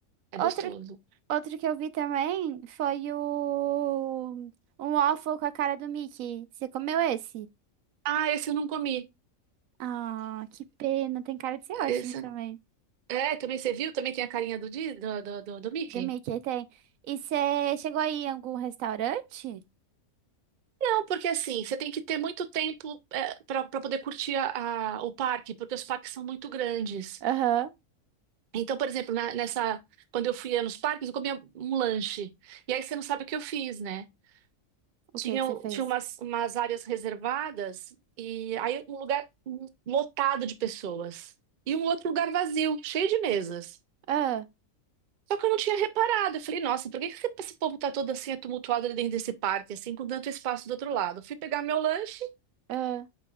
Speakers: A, on the right; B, on the right.
A: É
B: Outro,
A: gostoso.
B: outro que eu vi também foi o um waffle com a cara do Mickey. Você comeu esse?
A: Ah, esse eu não comi.
B: Ah, que pena. Tem cara de ser
A: Esse
B: ótimo também.
A: eu não... É, também você viu? Também tem a carinha do, Di- do, do, do, do Mickey?
B: Do Mickey tem. E você chegou aí em algum restaurante?
A: Não, porque assim, você tem que ter muito tempo é, para poder curtir a, a- o parque, porque os parques são muito grandes.
B: Aham.
A: Então, por exemplo, na- nessa, quando eu fui nos parques, eu comia um lanche. E aí você não sabe o que eu fiz, né?
B: O
A: Tinha,
B: que que você fez?
A: tinha umas, umas áreas reservadas e aí um lugar um lotado de pessoas. E um outro lugar vazio, cheio de mesas.
B: Ah,
A: Só que eu não tinha reparado. Eu falei, nossa, por que que esse povo tá todo assim, tumultuado ali dentro desse parque, assim, com tanto espaço do outro lado? Fui pegar meu lanche
B: ah,